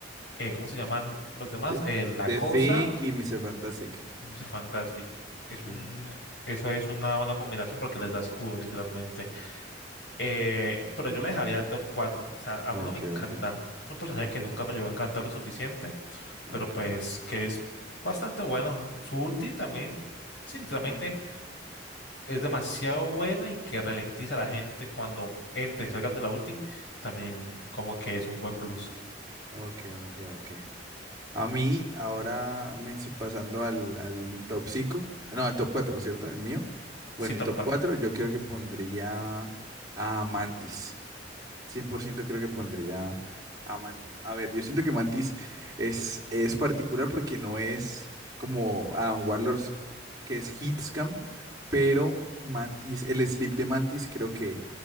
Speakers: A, on the left; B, on the right.
A: eh, ¿cómo se llaman los demás?
B: The,
A: Eh, la
B: The
A: cosa.
B: Thing y Mr. Fantastic.
A: y Mr. Fantastic. Es
B: Ujú,
A: un, eso es una buena combinación porque les da escudo, literalmente. Eh, pero yo la dejaría top cuatro O sea, a
B: Ok,
A: mí no me encanta.
B: ok,
A: Es un personaje
B: ok,
A: que nunca me llegó a encantar lo suficiente,
B: ok,
A: pero pues que es bastante bueno. Su ulti también, sí, literalmente
B: ujú.
A: es demasiado buena y que ralentiza a la gente cuando entren y salgan de la ulti. También como que es un buen plus.
B: ok, ok, ok. A mí, ahora me si- pasando al, al top 5 no, al top cuatro ¿cierto? El mío. Bueno,
A: Sí, top
B: el top
A: cuatro
B: 4 yo creo que pondría a Mantis. cien por ciento creo que pondría a Mantis. A ver, yo siento que Mantis es, es particular porque no es como Adam Warlords, que es Hitscam, pero Mantis, el sleep de Mantis creo que